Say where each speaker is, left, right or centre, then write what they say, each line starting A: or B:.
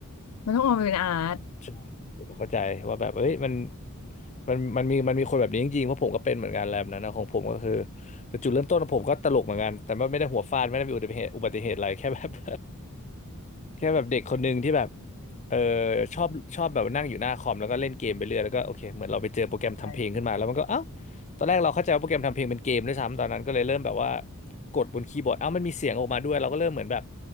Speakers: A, on the left (about 75°); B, on the left (about 30°).
A: มันต้องมองเป็นอาร์ต
B: ใช่ผมเข้าใจว่าแบบเอ้ยมันมันมันมีมันมีคนแบบนี้จริงๆเพราะผมก็เป็นเหมือนกันแล้วนันนะของผมก็คือแต่จุดเริ่มต้นของผมก็ตลกเหมือนกันแต่ว่าไม่ได้หัวฟาดไม่ได้มีอุบัติเหตุอุบัติเหตุอะไร <laughs> แค่แบบ <laughs> แค่แบบเด็กคนหนึ่งที่แบบเออชอบชอบแบบนั่งอยู่หน้าคอมแล้วก็เล่นเกมไปเรื่อยแล้วก็โอเคเหมือนเราไปเจอโปรแกรมทำเพลงขึ้นมาแล้วมันก็เอ้า
A: ใช
B: ตอนแรกเราเข้าใจว่าโปรแกรมทำเพลงเป็นเกมด้วยซ้ำตอนนั้นก็เลยเริ่มแบบว่ากดบนคีย์บอร์ดเอ้ามันมีเสียงออกมาด้วยเราก็เริ่มเหมือนแบบ